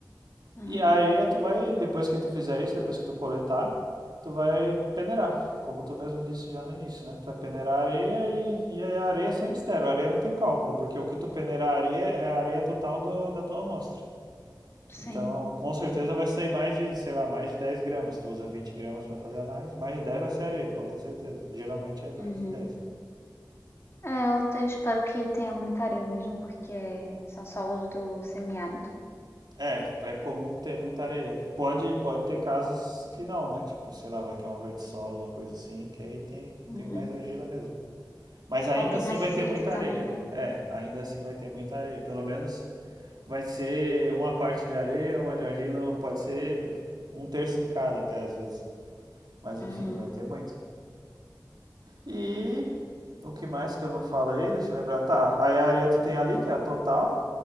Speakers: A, on the left (about 35°); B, on the right (about 65°).
A: aham,
B: E a areia, tu vai, depois que tu fizer isso, depois que tu coletar, tu vai peneirar, como tu mesmo disse já no início, né? Tu vai peneirar a areia e, e a areia é sem mistério, a areia não tem cálculo, porque o que tu peneirar a areia é a areia total do- da tua amostra.
A: sim,
B: Então, com certeza vai sair mais de, sei lá, mais de 10 gramas. Tu usa 20 gramas para fazer análise, mais de 10 vai ser areia, pode ter certeza. Geralmente é mais
A: uhum.
B: de dez
A: É, eu, eu espero que tenha muita areia mesmo, porque são solos do semiárido.
B: É, é comum ter muita areia. Pode, pode ter casos que não, né? Tipo, sei lá, vai que é um vertissolo, uma coisa assim, que aí tem,
A: Uhum.
B: tem mais argila mesmo. Mas ainda
A: Pode ter
B: assim
A: mais
B: vai
A: silt
B: ter muita
A: também,
B: areia.
A: né?
B: É, ainda assim vai ter muita areia. Pelo menos vai ser uma parte de areia, uma de argila, pode ser um terço de cada até às vezes. Mas
A: Uhum.
B: enfim, vai ter muito. E o que mais que eu não falei? Deixa eu lembrar. Tá, aí a areia tu tem ali, que é a total.